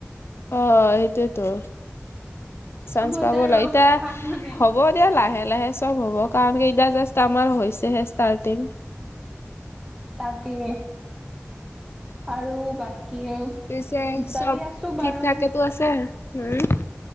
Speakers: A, on the left (about 60°); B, in the centre.
A: অ', এইটোৱেতো।
B: চবতে
A: চান্স পাব
B: আৰু
A: লাগে, এইতা
B: পাহনে
A: হ'ব দে এতিয়া লাহে, লাহে চব হ'ব কাৰণ কেইটা জাষ্ট আমাৰ হৈছেহে ষ্টাৰ্টিং।
B: তাকে। আৰু বাকী,
A: পিছে
B: বিচাৰি
A: চব
B: আছোঁ
A: ঠিক
B: বাৰু।
A: থাকেতো আছে উম